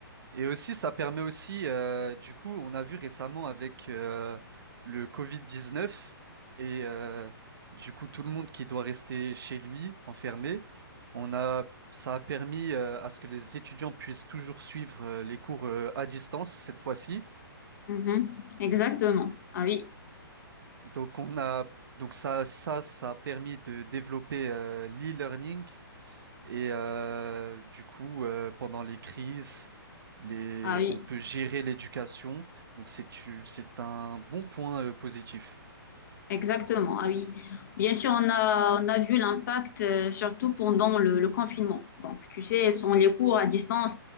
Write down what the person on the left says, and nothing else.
mhm, exactement. Ah oui,
ah oui.
Exactement, ah oui. Bien sûr, on a, on a vu l'impact, euh, surtout pendant le, le confinement. Donc, tu sais, sans les cours à distance,